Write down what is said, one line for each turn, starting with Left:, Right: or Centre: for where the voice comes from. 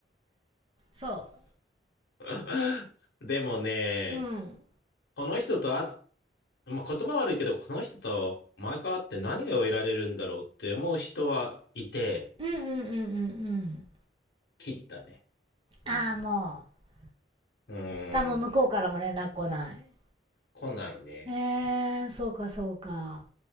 Right: そ
Left: <laughs> でもね、
Right: う。うん。
Left: この人と会っ、まあ、言葉悪いけど、この人と毎回会って何が得られるんだろうって思う人はいて、
Right: うんうんうんうんうん。
Left: 切ったね。うん。
Right: ああ、もう。
Left: うーん。
Right: だもう向こうからも連絡来ない。
Left: 来ないね。
Right: えー、そうかそうか。